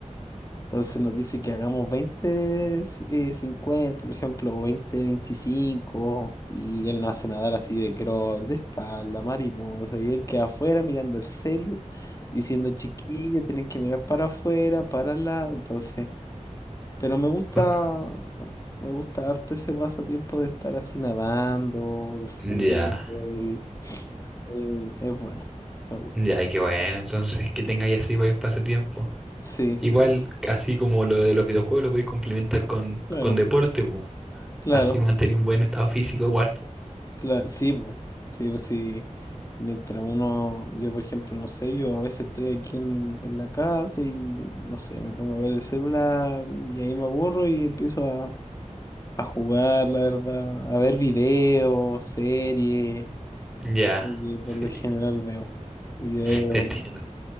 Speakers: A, on the left; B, in the centre.
A: Entonces nos dice que hagamos veinte, ci- eh, 50, por ejemplo, o 20, 25, y él nos hace nadar así de crawl, de espalda, mariposa, y él queda afuera mirando el celu, diciendo chiquillo, tienen que mirar para afuera, para al lado, entonces, pero me gusta,
B: <laughs>
A: me gusta harto ese pasatiempo de estar así nadando, de fútbol,
B: Ya.
A: eh, es bueno, me gusta.
B: Ya, qué bueno, entonces que tengáis así varios pasatiempos.
A: Sí,
B: Igual,
A: y-
B: así como lo de los videojuegos, lo podéis complementar con,
A: claro,
B: con deporte, po.
A: claro.
B: Así mantener un buen estado físico igual, po.
A: Cla- sí, po. Sí, pues sí. Mientras uno, yo por ejemplo, no sé, yo a veces estoy aquí en, en la casa y no sé, me pongo a ver el celular y ahí me aburro y empiezo a, a jugar, la verdad, a ver videos, series,
B: Ya,
A: es lo que
B: sí,
A: por lo general veo.
B: <laughs>
A: Videos,
B: sí, te entiendo.